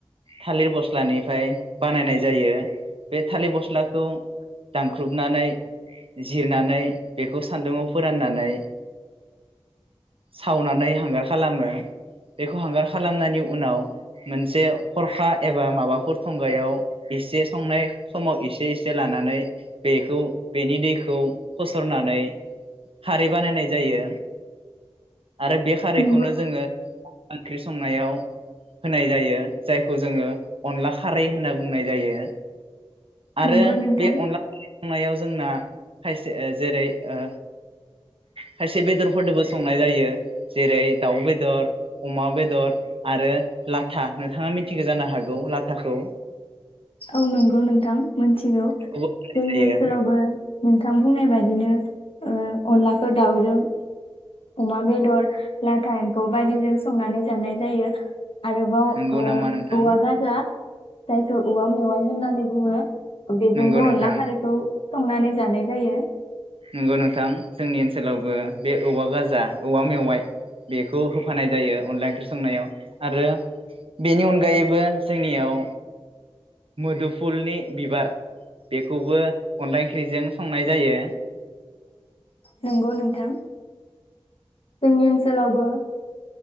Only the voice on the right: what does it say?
थालिर बस्लानिफ्राय बानायनाय जायो बे थालिर बस्लाखौ दानख्रुबनानै जिरनानै बेखौ सान्दुंआव फोराननानै सावनानै हांगार खालामो बेखौ हांगार खालामनायनि उनाव मोनसे हरखा एबा माबाफोर थं खुगायाव एसे संनाय समाव एसे एसे लानानै बेखौ बेनि दैखौ फसरनानै खारै बानायनाय जायो। आरो बे खारैखौनो
जोङो ओंख्रि संनायाव होनाय जायो। जायखौ जोङो अनला खारै होनना बुंनाय जायो। आरो
बे अनला <unintelligible> नायाव जोंना खायसे ओ जेरै ओ खायसे बेदरफोरदोबो संनाय जायो जेरै दाउ बेदर, अमा बेदर आरो लाथा। नोंथाङा मिथिगौ जानो हागौ लाथाखौ?
खौबो होनाय
जायो
नंगौ
नामा नोंथां
नंगौ नोंथां
नोंगौ नोंथां जोंनि ओन्सोलावबो बे औवा गाजा औवा मेवाइ बेखौ होफानाय जायो अनला ओंख्रि संनायाव। आरो बेनि अनगायैबो जोंनियाव मोदुफुलनि बिबार बेखौबो अनला ओंख्रिजों संनाय जायो।